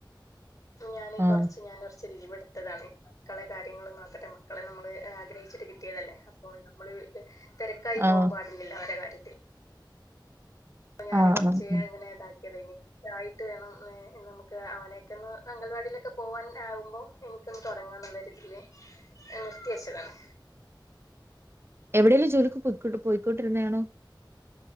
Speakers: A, on the left (about 45°); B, on the right (about 30°).
A: ഞാന്
B: ആഹ്
A: കൊറച്ച് ഞാകൊറച്ച് ലീവെടുത്തതാണ്. മക്കളെ കാര്യങ്ങള് നോക്കട്ടെ മക്കളെ നമ്മള് ആഗ്രഹിച്ചിട്ട് കിട്ടിയതല്ലേ അപ്പോ നമ്മള് ത് തെരക്കായി
B: ആഹ്
A: പോവാം പാടില്ലല്ലോ അവരെ കാര്യത്തില്. അപ്പൊ ഞാന്
B: ആഹ്
A: റച്ച്
B: ആഹ് ഉം
A: ഇങ്ങനെ ഇതാക്കിയതയ്ന് ആയിട്ട് വേണം നമുക്ക് അവനൊക്കെ ഒന്ന് അംഗൽവാടിയിലൊക്കെ പോവാനാകുമ്പോ എനിക്കൊന്ന് തുടങ്ങാ എന്നുള്ളരിതിൽ നിർത്തിവച്ചതാണ്
B: എവിടെയങ്കിലും ജോലിക്ക് പോ പോയിക്കൊണ്ടിരുന്നതണൊ